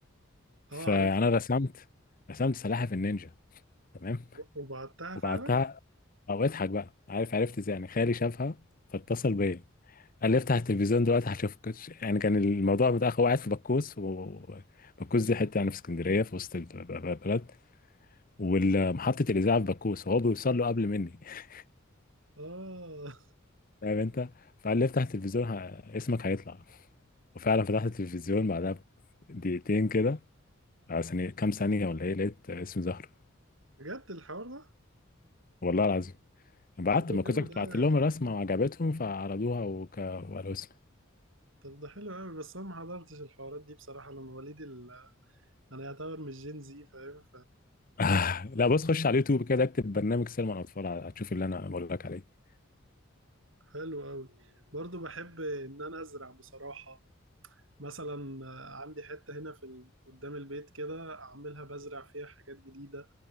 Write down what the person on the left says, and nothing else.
فأنا
رسمت رسمت سلاحف النينجا تمام
وبعتها
او اضحك بقى عارف عرفت ازاي يعني خالي شافها فاتصل بيا قال لي افتح التلفزيون دلوقتي هشوفك كنتش- يعني كان الموضوع متأخر هو قاعد في بكوس وبكوس دي حته يعني في اسكندريه في وسط الب- ب- البلد ومحطه الاذاعه في بكوس وهو بيوصل له قبل مني <laughs>
فاهم انت فقال لي افتح التلفزيون ه... اسمك هيطلع وفعلا فتحت التلفزيون بعدها دقيقتين كده عشان كام ثانيه ولا ايه لقيت اسم زهر
والله العظيم بعت
ما
كنت كنت
بعت لهم الرسمه وعجبتهم فعرضوها وك... وقالوا اسم
آه، لا بص خش على اليوتيوب كده اكتب برنامج سينما الاطفال هتشوف اللي انا بقول لك عليه